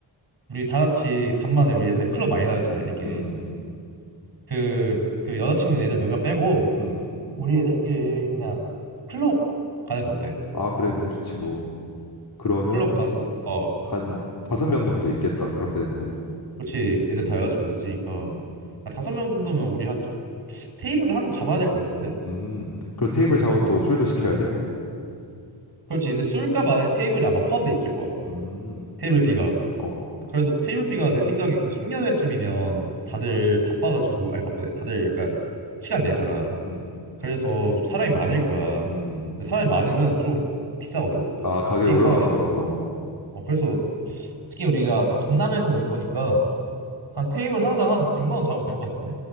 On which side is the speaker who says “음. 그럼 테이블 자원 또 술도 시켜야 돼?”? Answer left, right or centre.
Left